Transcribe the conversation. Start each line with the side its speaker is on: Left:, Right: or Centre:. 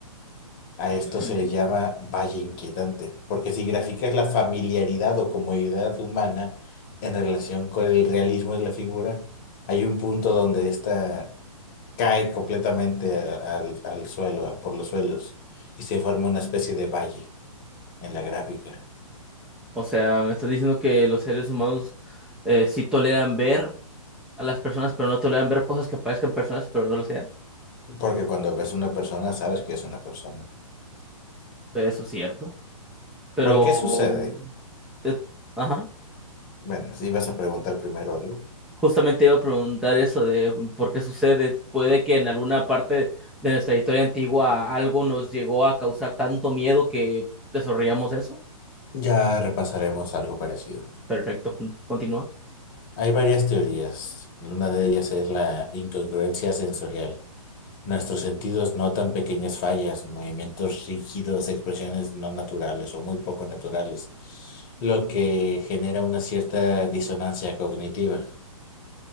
Left: A esto
Centre: ujú.
Left: se
Centre: Mm.
Left: le llama valle inquietante, porque si graficas la familiaridad o comodidad humana en relación con el realismo de la figura, hay un punto donde esta cae completamente a- al, al suelo, a- por los suelos, y se forma una especie de valle en la gráfica.
Centre: O sea, me estás diciendo que los seres humanos eh, sí toleran ver a las personas, pero no toleran ver cosas que parezcan personas, pero no lo sean.
Left: Porque cuando ves una persona, sabes que es una persona.
Centre: Eso es cierto. Pero...
Left: ¿Por qué sucede?
Centre: te- Ajá.
Left: Bueno, si vas a preguntar primero algo,
Centre: Justamente iba a preguntar eso de por qué sucede. Puede que en alguna parte de nuestra historia antigua algo nos llegó a causar tanto miedo que desarrollamos eso.
Left: ya repasaremos algo parecido.
Centre: Perfecto, <laughs> continúa.
Left: Hay varias teorías. Una de ellas es la incongruencia sensorial. Nuestros sentidos notan pequeñas fallas, movimientos rígidos, expresiones no naturales o muy poco naturales, lo que genera una cierta disonancia cognitiva.